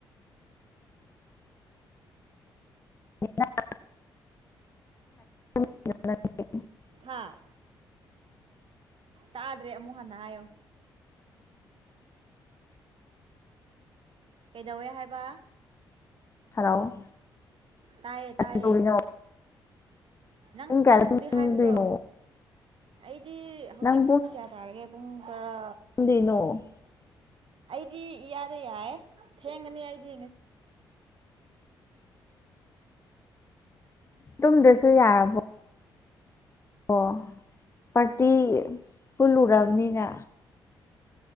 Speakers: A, on the left; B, on the right.
A: <unintelligible> <unintelligible>
B: ꯍꯥꯥ ꯇꯥꯗ꯭ꯔꯦ ꯑꯃꯨꯛ ꯍꯟꯅ ꯍꯥꯏꯌꯣ ꯀꯩꯗꯧꯋꯦ ꯍꯥꯏꯕ
A: ꯍꯜꯂꯣ
B: ꯇꯥꯏꯌꯦ ꯇꯥꯏꯌꯦ
A: ꯀꯩꯗꯧꯔꯤꯅꯣ
B: ꯅꯪ
A: ꯄꯨꯡ ꯀꯌꯥꯗ
B: ꯅꯪ ꯍꯧꯖꯤꯛ
A: ꯇꯨꯝꯗꯣꯏꯅꯣ
B: ꯍꯥꯏꯕꯗꯣ ꯑꯩꯗꯤ ꯍꯧꯖꯤꯛ
A: ꯅꯪ
B: ꯄꯨꯡ ꯀꯌꯥ ꯇꯥꯔꯒꯦ ꯄꯨꯡ ꯇꯔꯥ
A: <unintelligible> ꯅꯣ
B: ꯑꯩꯗꯤ ꯏ ꯌꯥꯗ ꯌꯥꯏꯑꯦ ꯊꯦꯡꯉꯅꯤ ꯑꯩꯗꯤ ꯌꯦꯡꯉꯁꯤ
A: ꯇꯝꯗꯁꯨ ꯌꯥꯔꯕꯣ ꯑꯣ ꯄꯥꯔꯇꯤ ꯄꯨꯜꯂꯨꯔꯕꯅꯤꯅ